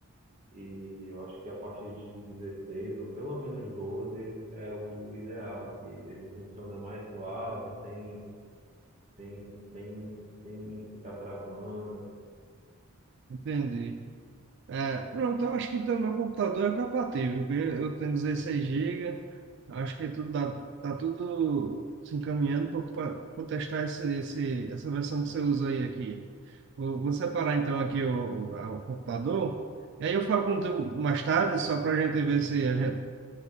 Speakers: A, on the right; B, on the right.
A: E eu acho que a partir de 16 ou pelo menos 12 é o ideal, que ele funciona mais suave, sem, sem, sem, sem ficar travando.
B: Entendi. É, pronto, eu acho que então meu computador é compatível, porque eu tenho 16 GB, acho que tudo dá, tá tudo se encaminhando para testar esse, esse, essa versão que você usa aí aqui. Vou, vou separar então aqui o, o, a- o computador, e aí eu falo com tu mais tarde, só para a gente ver se a gente,